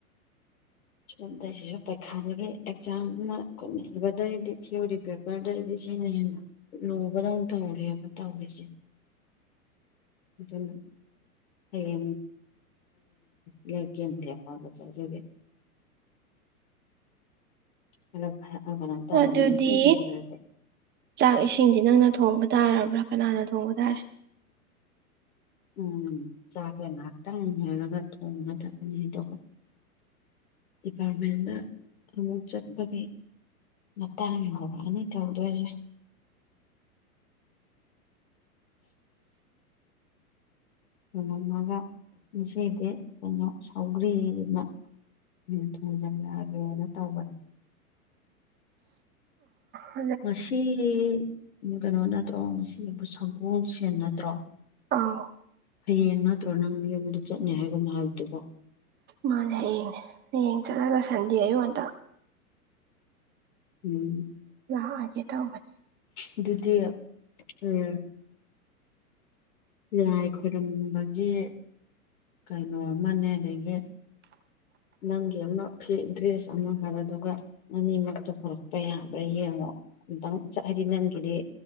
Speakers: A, on the right (about 25°); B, on the left (about 65°).
A: <unintelligible>
B: ꯁ ꯑꯗꯁꯤꯁꯨ ꯄꯔꯤꯈꯥꯗꯒꯤ ꯑꯦꯛꯖꯥꯝ ꯑꯃ ꯀꯠꯅꯕꯗꯒꯤꯩꯗꯤ ꯊꯤꯑꯣꯣꯔꯤ ꯄ ꯔꯗ ꯑꯩꯗꯤ ꯁꯤꯅ ꯍꯦꯟꯅ ꯂꯨꯕꯗꯧꯅ ꯇꯧꯔꯤꯑꯕ ꯇꯧꯔꯤꯁꯦ
A: <unintelligible>
B: ꯑꯗꯨ ꯍꯌꯦ ꯀ ꯌꯦ ꯀ ꯂꯦꯄꯒꯦ ꯍ ꯍꯥꯏꯅ ꯇ
A: ꯑꯗꯨꯗꯤ
B: ꯅ ꯑꯣꯏꯔꯦ
A: ꯆꯥꯛ ꯏꯁꯤꯡꯁꯤ ꯅꯪꯅ ꯊꯣꯡꯕ ꯇꯥꯔꯕ꯭ꯔꯥ ꯀꯅꯥꯅ ꯊꯣꯡꯕ ꯇꯥꯔꯦ
B: ꯎꯝ ꯆꯥꯛꯁ ꯉꯥꯏꯍꯥꯛꯇꯪ ꯏꯔꯒ ꯊꯣꯡꯉ ꯊꯕꯅꯤꯗꯣ ꯗꯤꯄꯥꯔꯠꯃꯦꯟꯗ ꯑꯃꯨꯛ ꯆꯠꯄꯒꯤ ꯃꯇꯥꯡ ꯂꯥꯎꯑꯅꯤ ꯇꯧꯗꯣꯏꯁꯦ ꯉꯉꯝꯃꯒ ꯉꯁꯤꯗꯤ ꯑꯩꯈꯣꯏꯩꯅ ꯁꯥꯎꯒ꯭ꯔꯤ ꯑꯃ ꯃꯤꯦꯟ ꯊꯣꯡꯖꯤꯜꯂꯛꯑꯒꯦꯅ ꯇꯧꯕꯅꯦ
A: ꯎ
B: ꯉ ꯀꯩꯅꯣ ꯅꯠꯇ꯭ꯔꯣ ꯉꯒꯤꯕꯨ ꯁꯪꯒꯣꯜꯁ ꯅꯠꯇ꯭ꯔꯣ
A: ꯑꯥꯎ
B: ꯍꯌꯦꯡ ꯅꯠꯇ꯭ꯔꯣ ꯅꯪ ꯌꯨꯝꯗ ꯆꯠꯅꯦ ꯍꯥꯏꯕ ꯃꯥ ꯍꯥꯏꯕꯗꯨꯀꯣ
A: ꯃꯥꯅꯦ ꯍꯌꯦꯡꯅꯦ ꯌꯦꯡ ꯆꯠꯂꯒ ꯁꯟꯗꯤ ꯑꯌꯨꯛ ꯉꯟꯗ
B: ꯎꯝ
A: ꯂꯥꯛꯑꯒꯦ ꯇꯧꯕꯅꯦ
B: ꯑꯗꯨꯗꯤ ꯎꯝ ꯂꯥꯏ ꯈꯨꯔꯨꯝꯕꯒꯤ ꯀꯩꯅꯣ ꯑꯃꯅꯦ ꯑꯗꯒꯤ ꯅꯪꯒꯤ ꯑꯃ ꯐ ꯗ꯭ꯔꯦꯁ ꯑꯃ ꯍꯥꯏꯕꯗꯨꯒ ꯑꯅꯤꯃꯛꯇ ꯄꯨꯣꯔꯛꯄ ꯌꯥꯕ꯭ꯔꯥ ꯌꯦꯡꯉꯣ ꯑꯝꯇꯪ ꯍꯥꯏꯗꯤ ꯅꯪꯒꯤꯗꯤ